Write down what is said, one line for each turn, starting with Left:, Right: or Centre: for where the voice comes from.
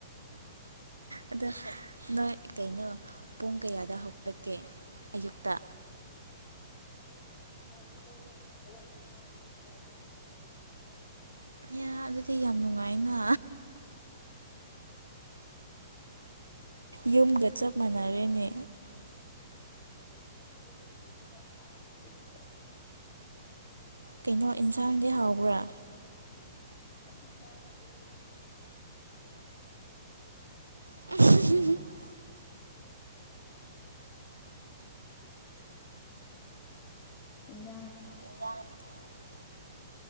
Right: ꯑꯗ ꯅꯣꯏ ꯀꯩꯅꯣ ꯄꯨꯡ ꯀꯌꯥꯗ ꯍꯧꯒꯠꯂꯛꯀꯦ ꯑꯌꯨꯛꯇ
Left: ꯑꯩ ꯑꯩꯈꯣꯏ ꯍꯧꯒꯠꯅꯤꯡꯕ ꯃꯇꯝꯗ ꯑꯗꯨꯝ ꯍꯧꯂꯦꯗ
Right: ꯌꯥꯝ ꯑꯗꯨꯗꯤ ꯌꯥꯝ ꯅꯨꯡꯉꯥꯏꯅ ꯌꯨꯝꯒ ꯆꯞ ꯃꯥꯟꯅꯔꯦꯅꯦ
Left: ꯑꯣ ꯌꯨꯝꯗꯒꯤ ꯈꯔ ꯐꯥꯔꯦ ꯁꯤꯗꯒꯤ ꯍꯦꯟ
Right: ꯀꯩꯅꯣ ꯏꯟꯁꯥꯡꯗꯤ
Left: ꯌꯨꯝꯗꯒꯤꯗꯤ
Right: ꯍꯥꯎꯕ꯭ꯔꯥ
Left: ꯑꯁ ꯍꯦꯟꯖꯥꯡꯗꯤ
Right: <unintelligible>
Left: ꯏꯟꯖꯥꯡ
Right: ꯏꯟꯖꯥꯡ